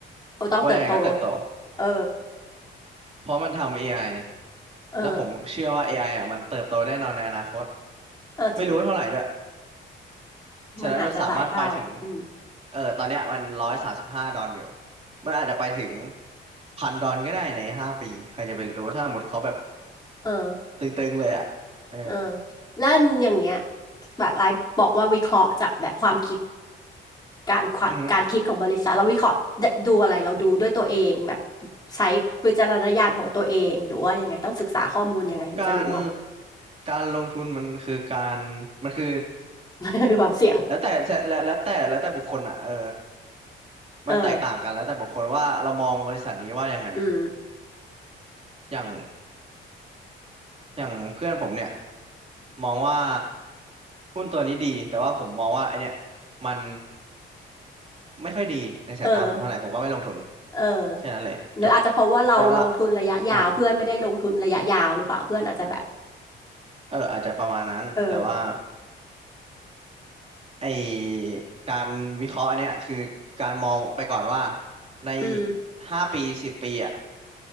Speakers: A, on the left; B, on the right.
A: โอต้องเติบโต
B: ว่ายังไงก็เติบโต
A: เออ
B: เพราะมันทำ AI
A: เออ
B: แล้วผมเชื่อว่า AI อไออ่ะมันเติบโตแน่นอนในอนาคต
A: เออจริง
B: ไม่รู้ว่าเท่าไหร่ด้วย ฉะนั้นมันสามารถไปถึง
A: มันอาจจะหลายเท่าอืม
B: เออตอนเนี้ยมันร้อยสามสิบห้าดอนอยู่มันอาจจะไปถึงพันดอนก็ได้ในห้าปี ใครจะไปรู้ถ้าหมดเขาแบบ
A: เออ
B: ตึงๆเลยอ่ะเออ
A: เออแล้วอย่างเงี้ยแบบไอ้บอกว่าวิเคราะห์จากแบบความคิดการควการคิดของบริษัทเราวิเคราะห์ดดูอะไรเราดูด้วยตัวเองแบบ
B: อือฮึ
A: ใช้วิจารณญาณของตัวเองหรือว่ายังไงต้องศึกษาข้อมูลยังไงถึงจะรู้อะ
B: การการลงทุนมันคือการมันคือ
A: <laughs> ความเสี่ยง
B: แล้วแต่แล้วแล้วแต่แล้วแต่บุคคลอ่ะเออ
A: เออ
B: มันแตกต่างกันแล้วแต่บุคคลว่าเรามองบริษัทนี้ว่ายังไง
A: อืม
B: อย่างอย่างเพื่อนผมเนี่ยมองว่าหุ้นตัวนี้ดี แต่ว่าผมมองว่าไอเนี่ยมัน ไม่ค่อยดีในสายตาผมเท่าไหร่ผมก็ไม่ลงทุน
A: เออเออ
B: แค่นั้นเลยจบ
A: หรืออาจจะเพราะว่าเราลงทุนระยะยาวเพื่อนไม่ได้ลงทุนระยะยาวหรือเปล่าเพื่อนอาจจะแบบ
B: แต่ว่าอ่าเอออาจจะประมาณนั้นแต่ว่า
A: เออ
B: ไอการวิเคราะห์อันเนี้ยคือการมองไปก่อนว่าในอีกห้าปีสิบปีอ่ะ
A: อืม